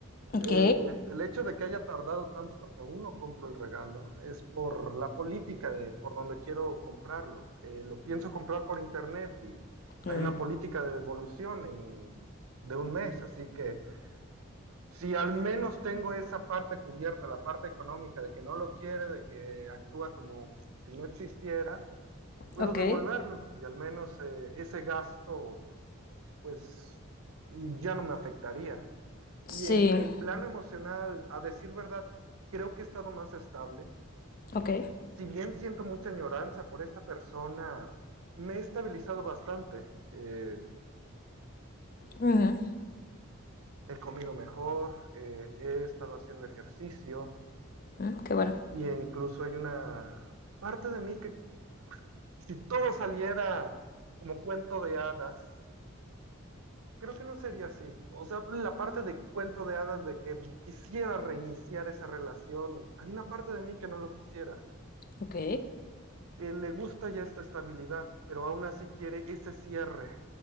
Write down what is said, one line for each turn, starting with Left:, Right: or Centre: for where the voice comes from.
Left: ok,
Right: Eh, el hecho de que haya tardado tanto porque aún no compro el regalo es por la política de por donde quiero comprarlo. Eh, lo pienso comprar por internet y
Left: mm,
Right: hay una política de devolución en, de un mes, así que si al menos tengo esa parte cubierta, la parte económica de que no lo quiere, de que actúa como si no existiera, puedo
Left: ok,
Right: devolverlo y al menos eh, ese gasto pues ya no me afectaría. Y
Left: sí,
Right: en el plano emocional, a decir verdad, creo que he estado más estable.
Left: ok,
Right: Si bien siento mucha añoranza por esta persona, me he estabilizado bastante. Eh,
Left: ujú,
Right: he comido mejor, eh, he estado haciendo ejercicio
Left: mm, qué bueno,
Right: Y incluso hay una parte de mí que si todo saliera como cuento de hadas, creo que no sería así. O sea, la parte de cuento de hadas de que quisiera reiniciar esa relación, hay una parte de mí que no lo quisiera,
Left: ok,
Right: que le gusta ya esta estabilidad, pero aún así quiere ese cierre,